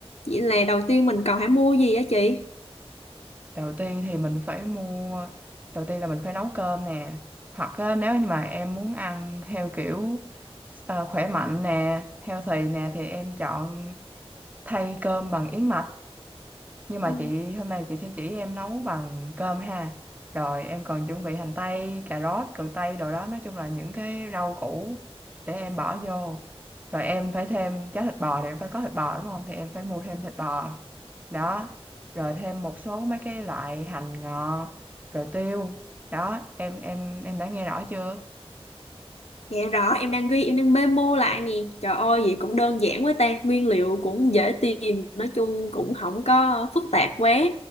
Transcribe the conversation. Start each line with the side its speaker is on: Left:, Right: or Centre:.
Left: Vậy là đầu tiên mình cần phải mua gì á chị?
Right: đầu tiên thì mình phải mua đầu tiên là mình phải nấu cơm nè hoặc á, nếu như mà em muốn ăn theo kiểu ờ, khỏe mạnh nè healthy nè thì em chọn thay cơm bằng yến mạch Nhưng mà
Left: Ừ.
Right: chị hôm nay chị sẽ chỉ em nấu bằng cơm ha. Rồi em còn chuẩn bị hành tây, cà rốt, cần tây đồ đó, nói chung là những cái rau củ để em bỏ vô. Rồi em phải thêm cháo thịt bò thì em phải có thịt bò đúng không? Thì em phải mua thêm thịt bò. Đó. Rồi thêm một số mấy cái loại hành ngò, rồi tiêu. Đó, em em em đã nghe rõ chưa?
Left: Dạ rõ, em đang ghi, em đang memo lại nè. Trời ơi, vậy cũng đơn giản quá ta. Nguyên liệu cũng dễ tìm, nói chung cũng không có phức tạp quá.